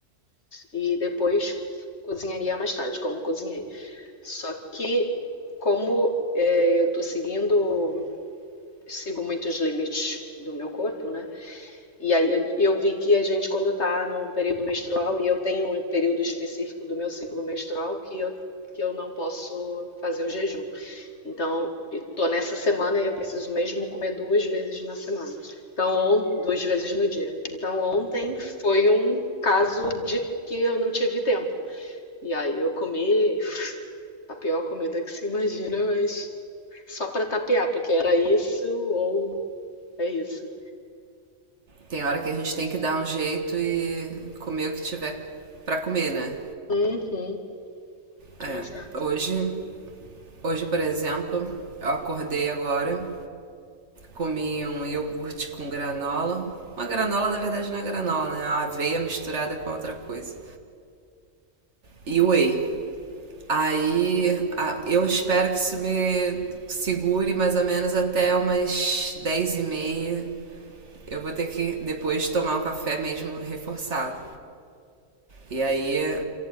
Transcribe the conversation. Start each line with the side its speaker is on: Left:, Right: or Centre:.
Left: e depois cozinharia mais tarde, como cozinhei. Só que como é, eu estou seguindo, sigo muitos limites do meu corpo, né? E aí eu, eu vi que a gente, quando está num período menstrual, e eu tenho um período específico do meu ciclo menstrual que eu, que eu não posso fazer o jejum. Então, estou nessa semana e eu preciso mesmo comer duas vezes na semana. Então, on, duas vezes no dia. Então, ontem foi um caso de que eu não tive tempo. E aí eu comi a pior comida que se imagina, mas só para tapear, porque era isso ou é isso.
Right: Tem hora que a gente tem que dar um jeito e comer o que tiver para comer, né?
Left: Uhum,
Right: É.
Left: exato.
Right: Hoje, hoje por exemplo, eu acordei agora Comi um iogurte com granola. Uma granola, na verdade, não é granola, né? É uma aveia misturada com outra coisa. E whey. Aí eu espero que isso me segure mais ou menos até umas 10 e meia. Eu vou ter que depois tomar um café mesmo reforçado. E aí,